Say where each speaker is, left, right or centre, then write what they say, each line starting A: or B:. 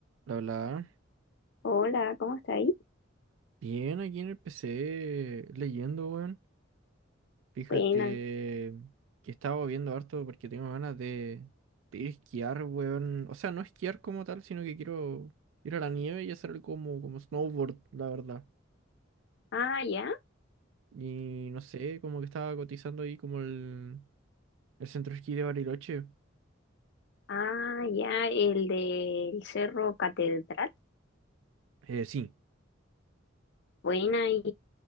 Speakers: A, on the right; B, on the left.
A: La verdad,
B: Hola, ¿cómo está ahí?
A: bien aquí en el PC leyendo, weón. Fíjate
B: Buena.
A: que estaba viendo harto porque tengo ganas de, de ir a esquiar, weón. O sea, no esquiar como tal, sino que quiero ir a la nieve y hacer como, como snowboard, la verdad.
B: Ah, ya.
A: Y no sé, como que estaba cotizando ahí como el, el centro de esquí de Bariloche.
B: Ah, ya, el del Cerro Catedral.
A: Eh, sí,
B: Buena. ¿Y,